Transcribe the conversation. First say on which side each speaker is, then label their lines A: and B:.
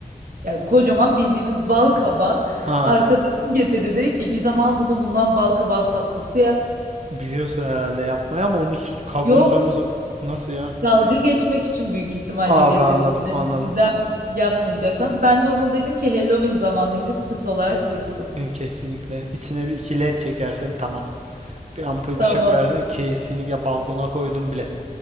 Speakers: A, on the right; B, on the right.
A: Yani kocaman bildiğimiz bal kabağı.
B: Ha.
A: Arkadaşım getirdi dedi ki Gizem al bunu bundan bal kabağı tatlısı yap.
B: Biliyorsun herhalde yapmayı ama onun su- kabuğunu
A: Yok
B: soyması nasıl ya?
A: dalga geçmek için büyük ihtimalle
B: Abi
A: getirdi.
B: anladım anladım.
A: Gizem yapmayacak falan. Ben de onu dedim ki Halloween zamanıydı süs olarak dursun.
B: Yani Kesinlikle. İçine bir iki led çekersin tamam. Bir ampul
A: Tamam.
B: bir şey koyarsan kesinlikle balkona koydum bile.